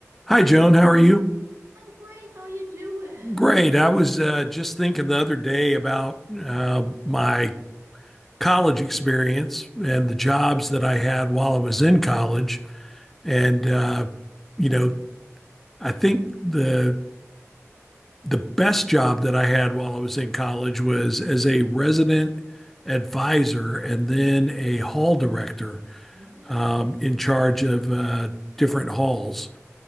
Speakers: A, in the centre; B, on the right.
A: Hi, Joan. How are you?
B: I'm great. How you doing?
A: Great. I was uh, just thinking the other day about uh, my college experience and the jobs that I had while I was in college. And uh, you know, I think the the best job that I had while I was in college was as a resident advisor and then a hall director
B: Oh,
A: um, in charge of uh, different halls.